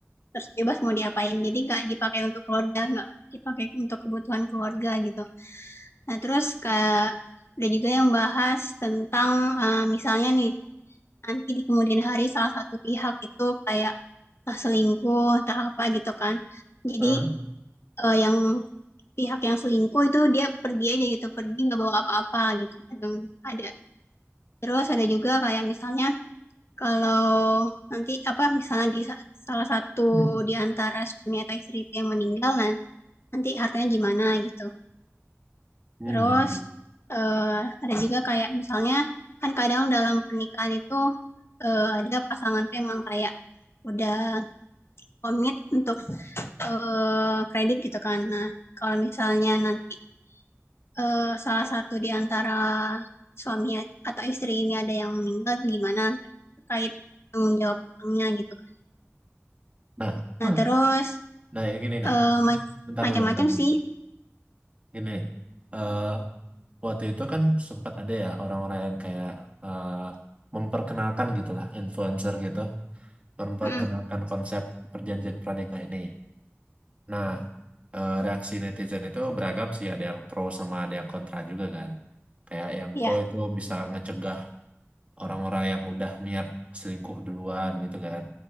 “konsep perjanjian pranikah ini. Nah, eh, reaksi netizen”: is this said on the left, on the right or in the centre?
Right